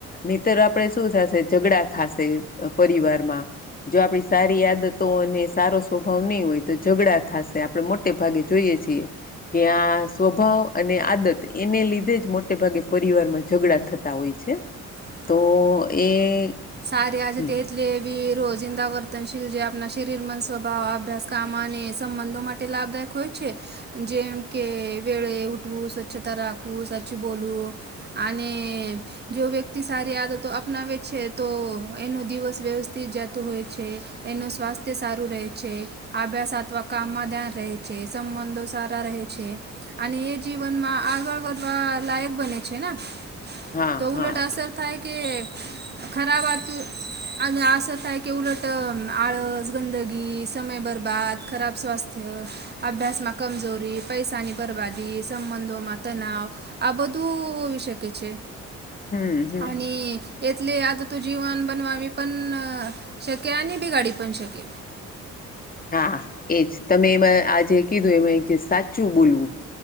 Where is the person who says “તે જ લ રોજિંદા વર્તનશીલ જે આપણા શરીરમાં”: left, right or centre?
Right